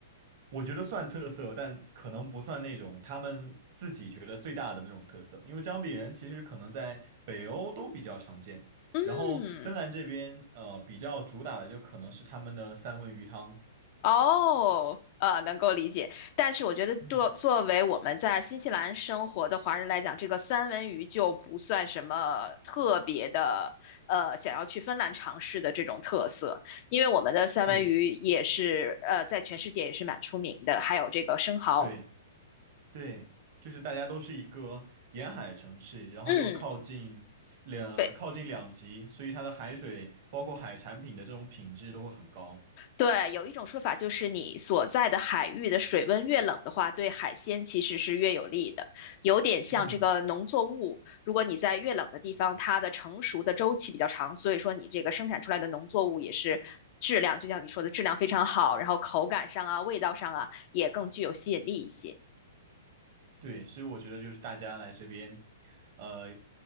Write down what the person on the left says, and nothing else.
嗯，
哦，呃，能够理解。但是我觉得作作为我们在新西兰生活的华人来讲，
这个三文鱼就不算什么特别的，呃，想要去芬兰尝试的这种特色，因为我们的三文鱼也是呃，
在全世界也是蛮出名的，还有这个生蚝。
嗯。对，
对，有一种说法就是你所在的海域的水温越冷的话，对海鲜其实是越有利的，有点像这个农作物，
如果你在越冷的地方，它的成熟的周期比较长，所以说你这个生产出来的农作物也是质量，就像你说的质量非常好，然后口感上啊、味道上啊也更具有吸引力一些。